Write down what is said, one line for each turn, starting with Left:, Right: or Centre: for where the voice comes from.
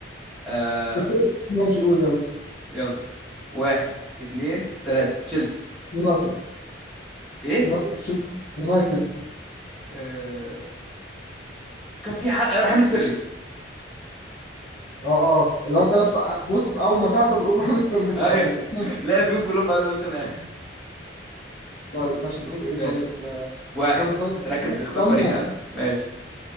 Centre: آه
Left: بس ماشي قول يلا
Centre: يلا واحد اتنين تلاتة تشيلسي
Left: يونايتد
Centre: ايه
Left: يونايتد شيل- يونايتد
Centre: آه كان في حق... رحيم ستيرلينج
Left: اه الواد ده يص- بص اول ما تعطل قول راح ستيرلينج
Centre: <laughs> ايوه
Left: على طول <laughs>
Centre: لا فيهم كلهم على توتنهام <laughs>
Left: طيب ماشي نقول ايه
Centre: ماشي
Left: طيب آه،
Centre: واحد
Left: استنى طيب استنى
Centre: ركز اختار
Left: استنى.
Centre: فريق ها ماشي